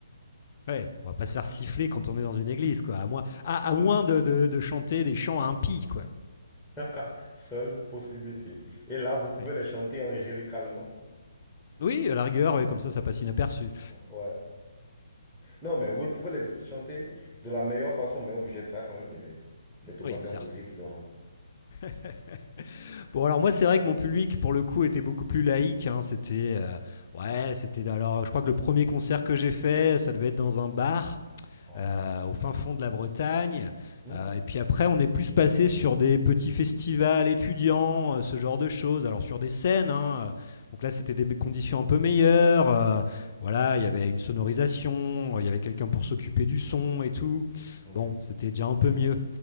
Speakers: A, on the left; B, in the centre.
A: Ouais, on va pas se faire siffler quand on est dans une église, quoi. À moins, à, à moins de, de- de chanter des chants impies, quoi.
B: <laughs> Seule possibilité. Et là, vous pouvez
A: Ouais.
B: les chanter angélicalement.
A: Oui, à la rigueur, ouais, comme ça, ça passe inaperçu.
B: Ouais. Non, mais vous pouvez les chanter de la meilleure façon, mais on vous jettera quand même des, des tomates
A: Oui, certes.
B: et on vous sifflera.
A: <laughs> Bon, alors moi, c'est vrai que mon public, pour le coup, était beaucoup plus laïque. hein. C'était, euh, ouais, c'était. Alors, je crois que le premier concert que j'ai fait, ça devait être dans un bar
B: Ah,
A: euh,
B: oui.
A: au fin fond de la Bretagne.
B: Hmm,
A: Euh, et puis après, on est plus passé sur des petits festivals étudiants, euh, ce genre de choses. Alors sur des scènes, hein, euh, donc là c'était des conditions un peu meilleures. euh, voilà, il y avait une sonorisation, euh, il y avait quelqu'un pour s'occuper du son et tout.
B: Oui.
A: Bon, c'était déjà un peu mieux.